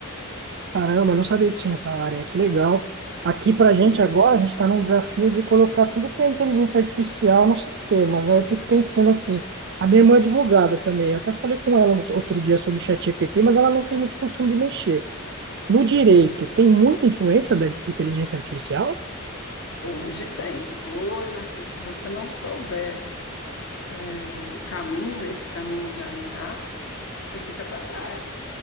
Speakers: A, on the right (about 55°); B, on the left (about 60°).
A: Caramba, eu não sabia que tinha essa área. Que legal. Aqui pra gente
B: né?
A: agora, a gente está num desafio de colocar tudo que é inteligência artificial nos sistemas, né? Eu fico pensando assim, a minha irmã é advogada também. Eu até falei com ela out- outro dia sobre o ChatGPT, mas ela não tem muito costume de mexer. No direito, tem muita influência da inteligência artificial?
B: Hoje tem. Hoje, Arthur, se você não souber eh, o caminho, esse caminho da IA, você fica para trás.